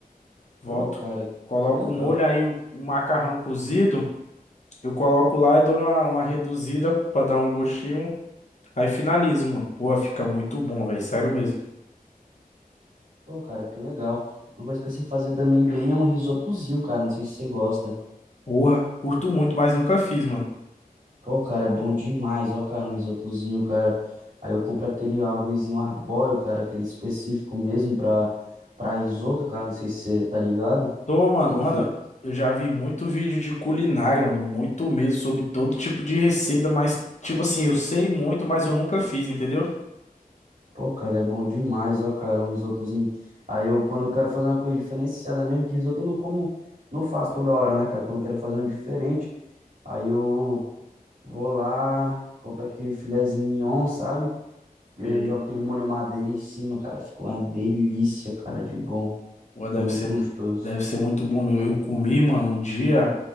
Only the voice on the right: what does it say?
Pô, cara,
que legal.
Pô, cara, que legal. Uma coisa que eu sei fazer também bem é um risotozinho, cara. Não sei se você gosta.
Pô, cara, é bom demais, ó, cara, um risotozinho, cara. Aí eu compro aquele arrozinho arbóreo, cara, aquele específico mesmo pra, pra risoto, cara, não sei se você tá ligado.
Pô,
fica...
Pô, cara, é bom demais, ó, cara, um risotozinho. Aí eu, quando eu quero fazer uma coisa diferenciada mesmo, que risoto eu não como, não faço toda hora, né, cara? Quando eu quero fazer um diferente, aí eu vou lá, compro aquele filezinho mignon, sabe? e aí
Eu jogo aquele molho madeira em cima, cara. Ficou uma delícia, cara, de bom.
Fica
muito
gostoso.